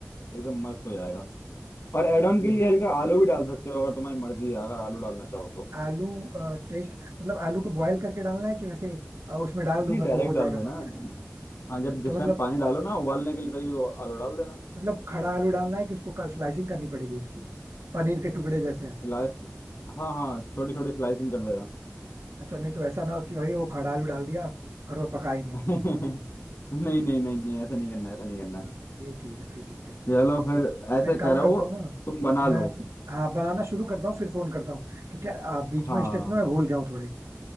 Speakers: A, on the left (about 70°); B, on the right (about 80°).
A: एकदम मस्त हो जाएगा और एड ऑन
B: ठीक
A: के लिए हल्का आलू भी डाल सकते हो अगर तुम्हारी मर्जी है अगर आलू डालना चाहो तो
B: आलू टेस्ट मतलब आलू को बॉयल करके डालना है कि वैसे अ, उसमें डाल
A: नहीं
B: दूंगा
A: डायरेक्ट
B: तो हो जाएगा
A: डाल देना
B: पक जाएगा
A: हाँ जब जिस
B: तो मतलब
A: टाइम पानी डालो ना उबालने के लिए तभी वो आलू डाल देना
B: मतलब खड़ा आलू डालना है कि उसको स्लाइसिंग करनी पड़ेगी उसकी पनीर के टुकड़े जैसे
A: स्लाइस हाँ हाँ छोटी छोटी स्लाइसिंग कर देना
B: अच्छा नहीं तो ऐसा ना हो कि भाई वो खड़ा आलू डाल दिया और वो पका ही नहीं
A: <laughs> नहीं नहीं नहीं नहीं ऐसा नहीं करना ऐसा नहीं करना
B: हाँ,
A: है।
B: फिर ठीक है फिर ठीक है
A: चलो फिर ऐसे
B: मैं काम
A: करो
B: करता हूँ ना
A: तुम बना लो
B: मैं हाँ बनाना शुरू करता हूँ फिर फोन करता हूँ क्योंकि यार आ, बीच
A: हाँ
B: में स्टेप्स ना मैं भूल गया हूँ थोड़े